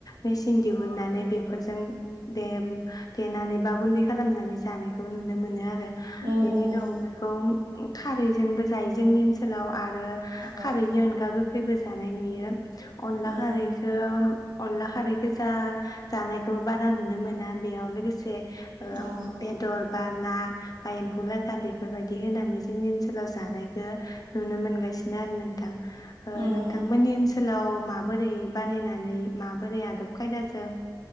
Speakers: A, on the left; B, on the right.
A: मेचिन दिहुननानै बेफोरजों दे देनानै बा गुै खालामनानै ज जानायखौ नुनो मोनो आरो
B: उम
A: बेनि
B: उम
A: उनाव बेखौ खारैजोंबो जायो जोंनि ओनसोलाव आरो
B: अ
A: खारैनि अनगा गोखैबो जानाय नुयो। <unintelligible> अनला
B: उम
A: खारै अनला खारै गोजा जानायखौ बारा नुनो मोना बेयाव लोगोसे
B: अ
A: बेदर बा ना बा एम्फौ लाथा बेफोरबायदि होनानै जोंनि ओनसोलाव जानायखौ नुनो मोनगासिनो आरो नोंथां
B: उम
A: नोंथांमोननि ओनसोल लाव माबोरै बानायनानै माबोरै आदब खायदाजों